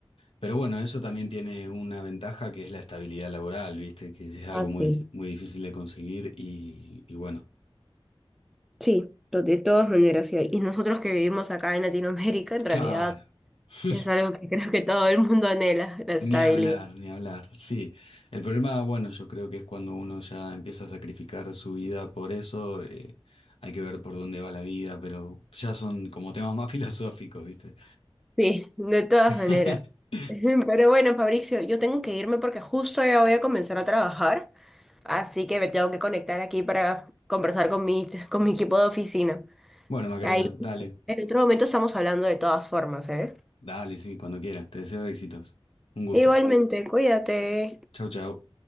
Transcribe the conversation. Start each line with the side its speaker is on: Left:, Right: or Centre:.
Left: Pero bueno, eso también tiene una ventaja que es la estabilidad laboral, ¿viste? Que es algo
Centre: Ah, sí.
Left: muy, muy difícil de conseguir y, y bueno.
Centre: Sí, to- de todas maneras, sí. Y nosotros que vivimos acá en Latinoamérica, en realidad
Left: Claro. <laughs>
Centre: es algo que creo que todo el mundo anhela, la <laughs> estabilidad.
Left: Ni hablar, ni hablar. Sí, el problema, bueno, yo creo que es cuando uno ya empieza a sacrificar su vida por eso, eh, hay que ver por dónde va la vida, pero ya son como temas más filosóficos, ¿viste?
Centre: Sí, de todas
Left: <laughs>
Centre: maneras. <laughs> Pero bueno, Fabricio, yo tengo que irme porque justo ya voy a comenzar a trabajar, así que me tengo que conectar aquí para conversar con mi, con mi equipo de oficina.
Left: Bueno, Macarena,
Centre: Ahí
Left: dale,
Centre: en otro momento estamos hablando de todas formas, ¿eh?
Left: dale, sí, cuando quieras. Te deseo éxitos. Un gusto.
Centre: Igualmente, cuídate.
Left: Chau, chau.